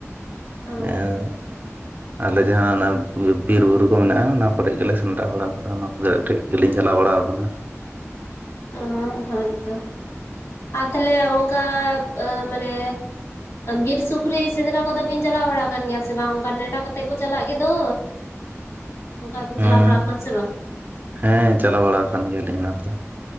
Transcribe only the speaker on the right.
<unintelligible> ᱟᱞᱮ ᱡᱟᱦᱟᱸ ᱚᱱᱟ ᱵᱤ ᱵᱤᱨ ᱵᱩᱨᱩ ᱠᱚ ᱢᱮᱱᱟᱜᱼᱟ, ᱚᱱᱟ ᱠᱚᱨᱮᱜ ᱜᱮᱞᱮ ᱥᱮᱸᱫᱽᱨᱟ ᱵᱟᱲᱟ ᱠᱚᱣᱟ, ᱚᱱᱟ ᱠᱚᱨᱮ ᱜᱮᱞᱤᱧ ᱪᱟᱞᱟᱣ ᱵᱟᱲᱟ ᱟᱠᱟᱱᱟ᱾
<unintelligible>
ᱦᱩᱸ
ᱦᱮᱸ ᱪᱟᱞᱟᱣ ᱵᱟᱲᱟ ᱟᱠᱟᱱ ᱜᱮᱭᱟᱞᱤᱧ ᱚᱱᱟ ᱠᱚᱫᱚ᱾